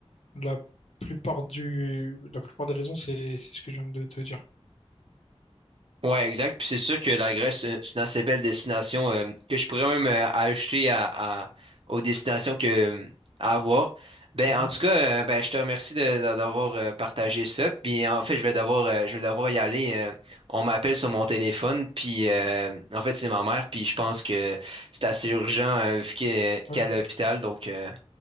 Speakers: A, on the left; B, on the right.
A: la plupart du, la plupart des raisons, c'est c'est ce que je viens de te dire.
B: Ouais, exact. Puis c'est sûr que la Grèce, c'est c'est une assez belle destination euh, que je pourrais même euh, ajouter à, à- aux destinations que, euh, à avoir. Ben,
A: Mhm.
B: en tout cas, euh, ben, je te remercie de, de- d'avoir euh, partagé ça. Puis en fait, je vais devoir, euh, je vais devoir y aller. euh, on m'appelle sur mon téléphone. Puis euh, en fait, c'est ma mère. Puis je pense que c'est assez urgent euh, vu qu'elle
A: Ouais,
B: qu'elle est à l'hôpital. Donc, euh,